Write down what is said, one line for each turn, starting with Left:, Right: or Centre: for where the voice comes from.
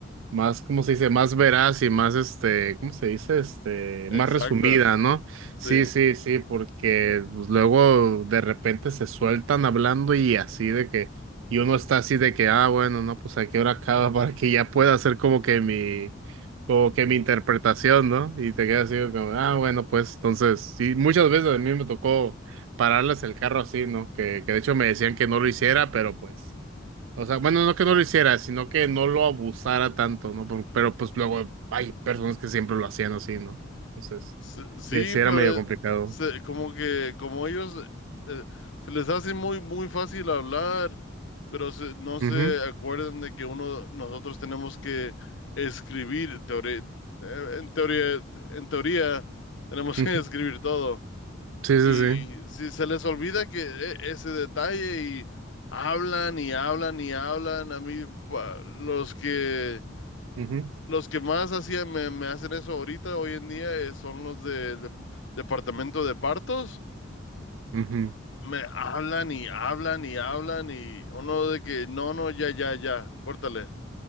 Right: más, ¿cómo se dice? Más veraz y más, este, ¿cómo se dice? Este,
Left: Exacta,
Right: más resumida, ¿no?
Left: sí.
Right: Sí, sí, sí, porque pues, luego de repente se sueltan hablando y así de que, y uno está así de que, ah, bueno, no, pues a qué hora acaba <laughs> para que ya pueda hacer como que mi, como que mi interpretación, ¿no? Y te quedas así como, ah, bueno, pues entonces, sí, muchas veces a mí me tocó pararles el carro así, ¿no? Que, que de hecho me decían que no lo hiciera, pero pues. O sea, bueno, no que no lo hiciera, sino que no lo abusara tanto, ¿no? Pero, pero, pues luego hay personas que siempre lo hacían así, ¿no? Entonces,
Left: Sí, sí,
Right: sí, sí
Left: pero
Right: era medio complicado.
Left: eh, se- como que como ellos eh, se les hace muy muy fácil hablar, pero se- no se
Right: Ujú,
Left: acuerdan de que uno nosotros tenemos que escribir teore- eh, en teoría en teoría tenemos
Right: ujú.
Left: <laughs> que escribir todo
Right: Sí,
Left: y
Right: sí, sí.
Left: si se les olvida que e- ese detalle y hablan y hablan y hablan a mí pa- los que
Right: Ujú,
Left: los que más hacían, me, me hacen eso ahorita, hoy en día, eh, son los del de- departamento de partos.
Right: ujú.
Left: Me hablan y hablan y hablan y uno de que, no, no, ya, ya, ya, córtale.